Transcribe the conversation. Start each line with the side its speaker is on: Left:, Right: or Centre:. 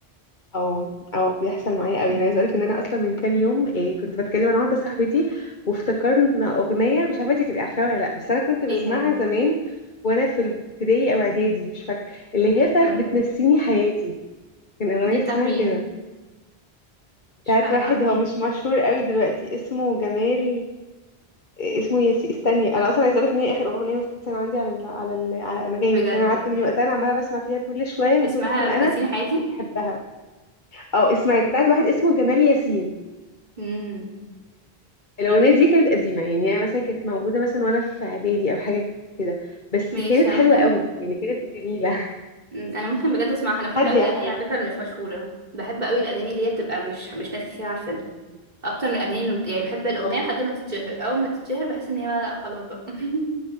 Left: اه اه بيحصل معايا قوي
Right: امم
Left: انا عايزه اقولك ان انا اصلا من كام يوم إيه كنت بتكلم انا واحده صاحبتي وافتكرنا اغنيه مش عارفه انتي تبقي عارفاها ولا لا بس انا كنت بسمعها
Right: ايه هي
Left: زمان وانا في ابتدائي او اعدادي مش فاكره اللي هي بتاعت
Right: أي.
Left: بتنسيني حياتي كان اغنيه
Right: دي بتاعت
Left: اسمها
Right: مين
Left: كده بتاعت
Right: مش فاكره
Left: واحد
Right: لا مش
Left: هو مش مشهور قوي دلوقتي اسمه جمال إيه اسمه ياسي استني انا اصلا عايزه اقولك ان هي اخر اغنيه مثلا عندي على ال على ال على انغامي
Right: بجد
Left: عشان انا قعدت من وقتها انا عماله بسمع فيها كل شويه من
Right: اسمها
Left: كتر ما
Right: بتنسيني
Left: انا
Right: حياتي
Left: بحبها او اسمعي بتاعت واحد اسمه جمال ياسين
Right: امم
Left: الأغنية دي كانت قديمة يعني هي مثلا كانت موجودة مثلا وأنا في إعدادي أو حاجة كده بس
Right: ماشي
Left: كانت
Right: أنا
Left: حلوة
Right: ممكن
Left: قوي يعني كانت جميلة
Right: مم، انا ممكن بجد اسمعها انا بحب
Left: <laughs> هادية
Right: قوي الاغاني
Left: حلوة
Right: على فكره اللي مش مشهوره بحب قوي الاغاني اللي هي بتبقى مش مش ناس كتير عارفينها اكتر من الاغاني اللي بت... يعني بحب الاغنيه
Left: اه
Right: لحد ما تتشهر اول ما تتشهر بحس ان هي بقى لا خلاص بقى <laughs>